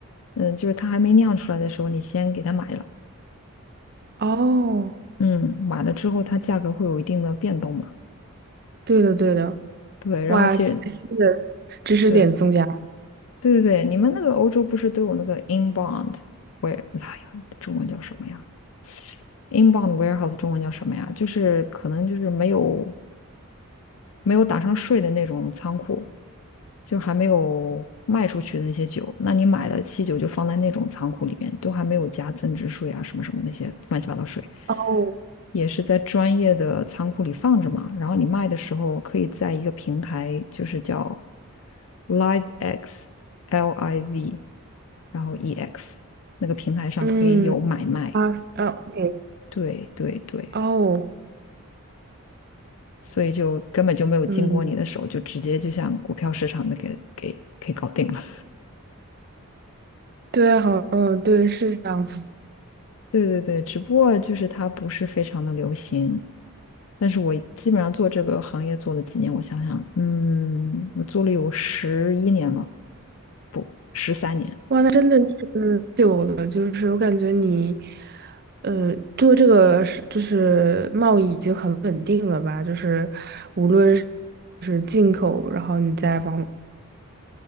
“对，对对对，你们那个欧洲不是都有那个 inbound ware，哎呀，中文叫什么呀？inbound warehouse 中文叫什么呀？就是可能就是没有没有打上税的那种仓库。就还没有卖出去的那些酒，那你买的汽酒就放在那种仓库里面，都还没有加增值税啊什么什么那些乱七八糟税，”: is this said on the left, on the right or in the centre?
Left